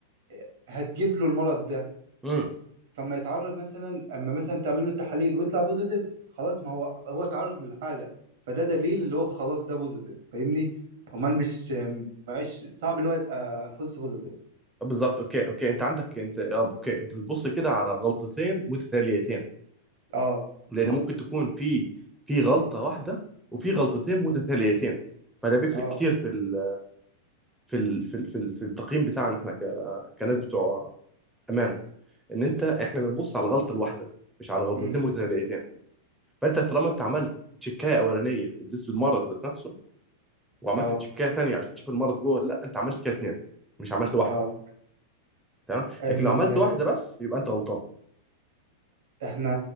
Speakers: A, on the right; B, in the centre.
A: آه، هتجيب له المرض ده
B: مم.
A: فما يتعرض مثلا اما مثلا تعمل له التحاليل ويطلع بوزيتيف خلاص ما هو هو اتعرض للحاله فده دليل اللي هو خلاص ده بوزيتيف فاهمني امال مش معيش صعب اللي هو يبقى فولس بوزيتيف
B: بالظبط اوكي اوكي انت عندك انت اه اوكي انت بتبص كده على غلطتين متتاليتين
A: اه
B: لان ممكن تكون في في غلطه واحده وفي غلطتين متتاليتين فده بيفرق
A: اه
B: كتير في ال في ال في ال في, ال في التقييم بتاعنا احنا ك- كناس بتوع امان ان انت احنا بنبص على الغلطه الواحده مش على غلطتين
A: امم
B: متتاليتين فانت طالما انت عملت تشيكايه اولانيه اديته المرض ذات نفسه وعملت
A: اه
B: تشيكايه تانيه عشان تشوف المرض جوه ولا لا انت عملت كده اتنين مش عملت واحده
A: اه
B: تمام
A: ال...
B: لكن لو عملت واحده بس يبقى انت غلطان
A: احنا